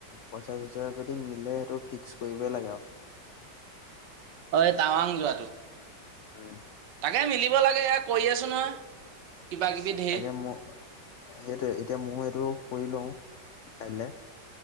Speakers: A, on the left; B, on the right.
A: পইচা চইচা যদি মিলে সেইটো ফিক্স। কৰিবই লাগে আৰু।
B: অ এ টাৱাং যোৱাটো।
A: উম
B: তাকে মিলিব লাগে এ কৰি আছোঁ নহয়। কিবা কিবি ধেৰ
A: তাকে মোৰ সেইটোৱে এতিয়া মোৰ এইটো কৰি লওঁ কাইলে।